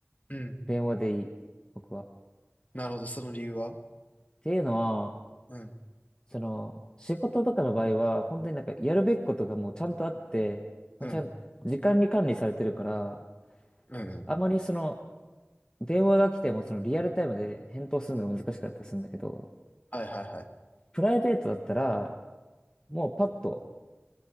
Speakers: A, on the left; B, on the left.
A: うん
B: 電話でいい。僕は。っ
A: なるほど、その理由は
B: ていうのは、
A: うん、
B: その、仕事とかの場合は、本当になんかやるべきことがもうちゃんとあって、
A: うん、
B: もうちゃん、時間に管理されてるから、
A: うん、うん。
B: あまりその、電話が来てもそのリアルタイムで返答するのが難しかったりするんだけど、
A: はいはいはい。
B: プライベートだったら、もうパッと、